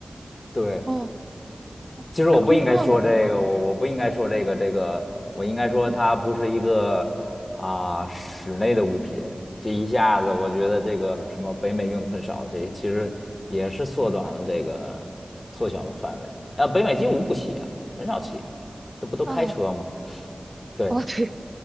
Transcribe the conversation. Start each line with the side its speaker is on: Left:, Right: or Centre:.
Left: 对，
Right: 哦哦，
Left: 其实我不应该说这个，
Right: 太空旷了是吗？
Left: 我我不应该说这个，这个我应该说它不是一个啊、
Right: 嗯
Left: 室内的物品。这一下子，我觉得这个什么北美用的很少，这其实也是缩短了这个缩小了范围。啊，北美几乎不骑啊，很少骑，这不都开车吗？
Right: 啊
Left: 对
Right: 哦对，